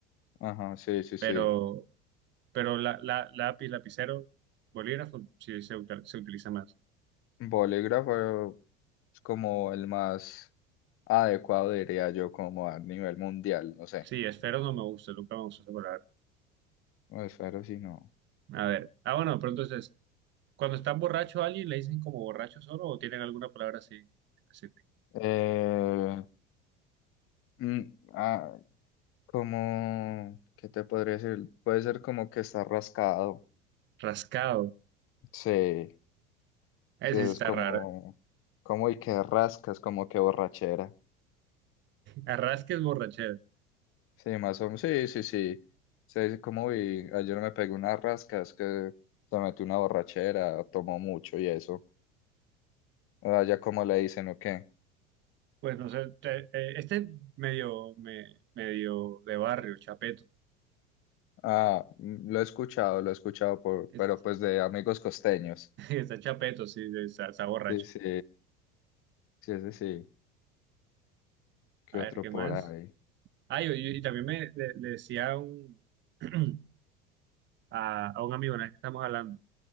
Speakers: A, on the left (about 45°); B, on the right (about 40°).
A: ajá, sí, sí,
B: pero,
A: sí.
B: pero la, la, lápiz, lapicero, bolígrafo, sí se, util- se utiliza más.
A: Bolígrafo es como el más adecuado, diría yo, como a nivel mundial, no sé.
B: Sí, esfero no me gusta, nunca me gustó esa palabra.
A: No, Esfero sí, no.
B: A ver, ah, bueno, pero entonces, cuando están borracho a alguien, le dicen como borracho solo o tienen alguna palabra así específica?
A: Eh, mm, ah, como, ¿qué te podría decir? Puede ser como que está rascado.
B: Rascado.
A: Sí,
B: Ese
A: sí, eso
B: sí está
A: es como,
B: raro.
A: como y que rascas, como que borrachera.
B: Arrasque es borrachera.
A: Sí, más o menos. Sí, sí, sí. Sí, como vi, ayer me pegué unas rascas que se metí una borrachera, tomó mucho y eso. Allá como le dicen, ¿o qué?
B: Pues no sé, te- eh, este medio, me- medio de barrio, chapeto.
A: Ah, mm, lo he escuchado, lo he escuchado por,
B: Es-
A: pero pues de amigos costeños.
B: <laughs> Está chapeto, sí, de- está, está borracho.
A: Sí, sí, sí, sí, sí. ¿Qué
B: A
A: otro
B: ver, ¿qué
A: por
B: más?
A: ahí?
B: Ah, yo- yo- y también me, le, le decía a un, <clears throat> a, a un amigo, una vez que estamos hablando,